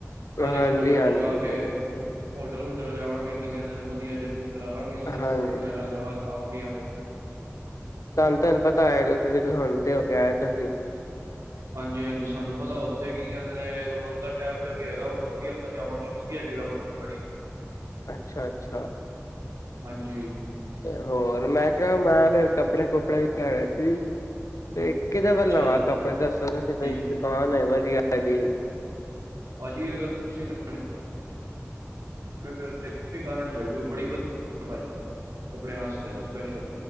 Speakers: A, on the right; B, on the left.
A: ਹਰ
B: ਹਾਂਜੀ
A: ਇੱਕ ਹੋਟਲ
B: -ਹਾਂਜੀ
A: ਚ ਜਾ
B: ਸਈ।
A: ਕੇ ਹੋਟਲ ਹੂਟਲ ਜਾਵਾਂਗੇ ਕੀ ਕੇਂਦੇ ਨੇ ਵਧੀਆ ਜੇ ਬੁੱਕ- ਕਰਾ ਲਾਂਗੇ ਏਨੂੰ ਰੈਸਟ।
B: ਹਾਂਜੀ
A: ਪਿੰਡ ਵਗੈਰਾ ਜਮਾਂ ਖਾਓ ਪੀ ਆਦੇ
B: ਤਾਨੂੰ ਤੁਹਾਨੂੰ ਪਤਾ ਆਇਆ ਕਿ ਹੁਣ ਤੇ ਹੋ ਕੇ ਆ ਤੁਸੀਂ
A: ਹਾਂਜੀ ਹਾਂਜੀ ਸਾਨੂੰ ਪਤਾ ਉੱਥੇ ਕੀ ਕਹਿੰਦੇ ਨੇ ਮੰਦਰ ਟਾਈਪ ਦਾ ਵੀ ਹੈਗਾ ਉੱਥੇ ਵੀ ਆਪਾਂ ਜਾਵਾਂਗੇ ਵਧੀਆ ਜਗ੍ਹਾ ਮਤਲਬ ਬੜੀ
B: ਅੱਛਾ ਅੱਛਾ
A: ਹਾਂਜੀ
B: ਹੋਰ ਮੈਂ ਕਿਹਾ ਮੈਂ ਫਰ ਕੱਪੜੇ ਕੁਪੜੇ ਵੀ ਲੈਣੇ ਸੀ ਤੇ ਕਿਦੇ
A: ਅੱਛਾ
B: ਵੱਲ ਆ ਆਪਾਂ ਦੱਸੋ ਤੁਸੀਂ
A: ਜੀ
B: ਕੋਈ ਦੁਕਾਨ ਹੈ ਵਧੀਆ ਹਾਂਜੀ
A: ਭਾਜੀ ਅਗਰ ਤੁਸੀਂ ਲੈਣੇ ਫਿਰ ਇੱਕ ਹੀ ਕਾਰਨ ਚ ਜੋ ਬੜੀ ਵਧੀਆ ਕਪੜਿਆਂ ਵਾਸਤੇ ਸਪੈਸ਼ਲ